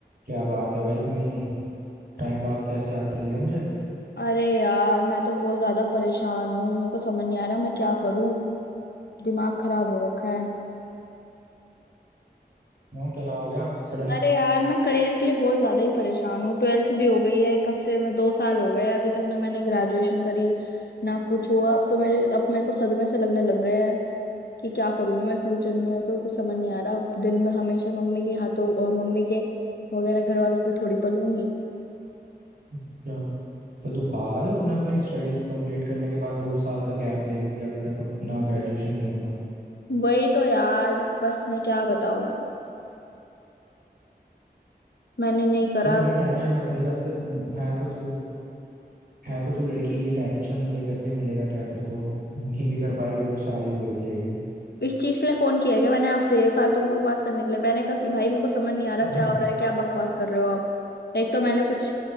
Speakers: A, on the right; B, on the left.
A: क्या बात है भाई इतनी टाइम बाद कैसे याद कर लिया मुझे
B: अरे यार मैं तो बहुत ज्यादा परेशान हूँ मेरे को समझ नहीं आ रहा मैं क्या करूँ दिमाग खराब हो रखा है
A: क्यों क्या हो गया सडन
B: अरे यार मैं करियर के लिए बहुत ज्यादा ही परेशान हूँ ट्वेल्थ भी हो गई है कब से मैं दो साल हो गए हैं, अभी तक ना मैंने ग्रेजुएशन करी ना कुछ हुआ अब तो मेरे अब मेरे को सदमे से लगने लग गया है कि क्या करूंगी मैं फ्यूचर में मेरे को कुछ समझ नहीं आ रहा अब दिन में हमेशा मम्मी के हाथों और मम्मी के वगैरह घर वालों पे थोड़ी पलूंगी
A: क्या तो तू पागल है तूने अपनी स्टडीज कंप्लीट करने के बाद दो साल का गैप ले लिया अभी तक अपना ग्रेजुएशन नहीं करा
B: वही तो यार बस मैं क्या बताऊं मैंने नहीं करा
A: कोई नहीं टेंशन मत ले वैसे है तो तू है तो तू लड़की ही टेंशन लेकर के मिलेगा क्या तेरे को नहीं भी कर पाएगी तो तो शादी हो ही जाएगी
B: इस चीज के लिए फोन किया है क्या मैंने आपसे फालतू की बकवास करने के लिए मैंने कहा कि भाई मेरे को समझ नहीं आ रहा
A: <clears throat>
B: क्या हो रहा है क्या बकवास कर रहे हो आप एक तो मैंने कुछ